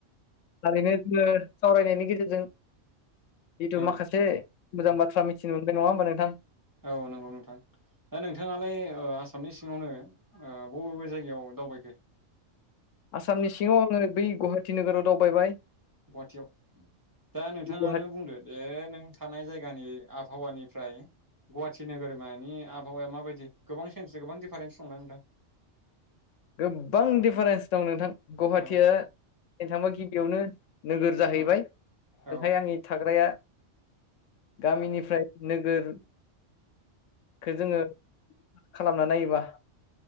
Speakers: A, on the left (about 80°); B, on the right (about 15°).
A: ओरैनो जोङो सावरायनायनि गेजेरजों जिथु
B: औ
A: माखासे मोजां बाथ्रा मिथिनो मोनबाय नङा होमबा नोंथां
B: औ नंगौ नोंथां दा नोंथाङालाय आसामनि सिङावनो बबे बबे जायगायाव दावबायखो
A: आसामनि सिङाव आङो बै गुवाहाटि नोगोराव दावबाय
B: गुवाहाटियाव दा नोंथाङानो
A: गुवाहाटि
B: बुंदो जे नों थानाय जायगानि आबहावानिफ्राय गुवाहाटि नोगोरमानि आबहावाया माबायदि गोबां सेन्स गोबां दिफारेन्स दंना नोंथां
A: गोबां दिडफारेन्स दं नोंथां। गुवाहाटिया
B: औ
A: नो थांबा गिबियावनो नोगोर जाहैबाय
B: औ औ
A: ओंखाय आंनि थाग्राया गामिनिफ्राय नोगोर जोङो खालामना नायोबा